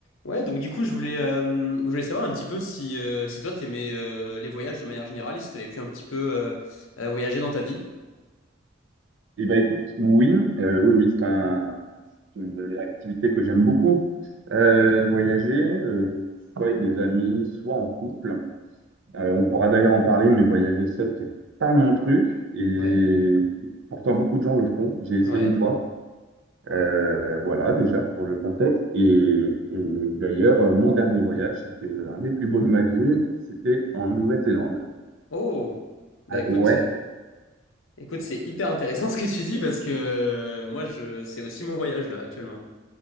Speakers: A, on the left; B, on the right.
A: Ouais, donc du coup, je voulais, euh, je voulais savoir un petit peu si, euh, si toi, t'aimais euh, les voyages de manière générale, et si t'avais pu un petit peu euh, euh, voyager dans ta vie.
B: Eh ben écoute, oui, euh, oui, oui, c'est un, c'est une activité que j'aime beaucoup. Euh, voyager, euh, soit avec des amis, soit en couple. Euh, on pourra d'ailleurs en parler, mais voyager seul, c'est pas mon truc. Et
A: Ouais,
B: pourtant, beaucoup de gens le font. J'ai
A: ouais.
B: essayé une fois. Euh, voilà, déjà pour le contexte. Et, et d'ailleurs, euh, mon dernier voyage, c'était un des plus beaux de ma vie. C'était en Nouvelle-Zélande.
A: Oh, bah
B: Ah,
A: écoute,
B: ouais,
A: euh, écoute, c'est hyper intéressant <laughs> ce que tu dis parce que euh, moi, je, c'est aussi mon voyage là actuellement.